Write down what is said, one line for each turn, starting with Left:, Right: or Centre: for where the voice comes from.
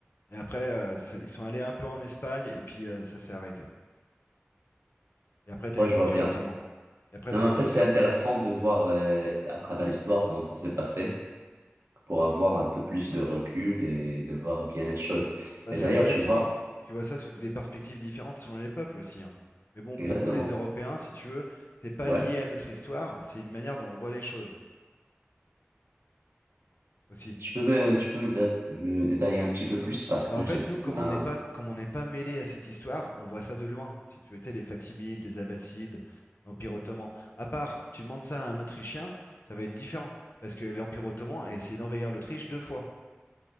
Left: Et après, euh, ça- ils sont allés un peu en Espagne, et puis euh, ça s'est arrêté. Et après, t'as
Right: Ouais,
Left: eu l'Empire
Right: je vois bien.
Left: ottoman. Et après,
Right: Non,
Left: t'as
Right: mais
Left: eu
Right: en
Left: l'Empire.
Right: fait, c'est intéressant
Left: oui,
Right: de voir euh, à travers l'histoire comment ça s'est passé pour avoir un peu plus de recul et de voir bien les choses.
Left: Bah,
Right: Et
Left: c'est
Right: d'ailleurs,
Left: intéressant,
Right: tu vois,
Left: hein. Tu vois ça sous des perspectives différentes selon les peuples aussi, hein. Mais bon,
Right: exactement.
Left: pour nous les Européens, si tu veux, c'est pas
Right: Ouais.
Left: lié à notre histoire, c'est une manière dont on voit les choses aussi.
Right: Tu peux me, tu peux me, dé- me détailler un petit peu plus parce
Left: Bah,
Right: que
Left: en
Right: là,
Left: fait,
Right: j'ai pas
Left: nous, comme
Right: bien
Left: on n'est pas, comme on n'est pas mêlé à cette histoire, on voit ça de loin. Si tu veux, tu sais, les Fatimides, les Abbassides, l'Empire ottoman. À part, tu demandes ça à un Autrichien, ça va être différent, parce que l'Empire ottoman a essayé d'envahir l'Autriche deux fois,